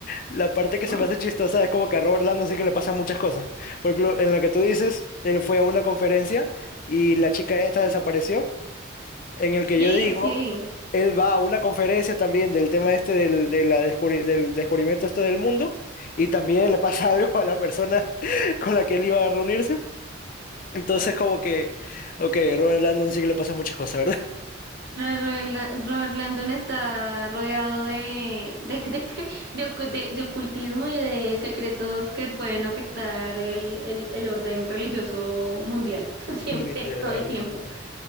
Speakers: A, on the left (about 45°); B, on the right (about 55°).
A: la parte que
B: No.
A: se me hace chistosa es como que a Robert Landon sí que le pasan muchas cosas. Por ejemplo, en lo que tú dices, él fue a una conferencia y la chica esta desapareció en el que
B: Y
A: yo digo,
B: sí,
A: él va a una conferencia también del tema este del, de la descubri- del descubrimiento este del mundo y también le pasa <laughs> algo a la persona <laughs> con la que él iba a reunirse. Entonces como que, ok, Robert Landon sí que le pasa muchas cosas, ¿verdad?
B: la novela- Robert Landon está rodeado de, de, de, <laughs> de ocu- de- de ocultismo y de secretos que pueden afectar el, el, el orden religioso mundial, <laughs> siempre,
A: <laughs> Literal,
B: todo el tiempo.
A: sí.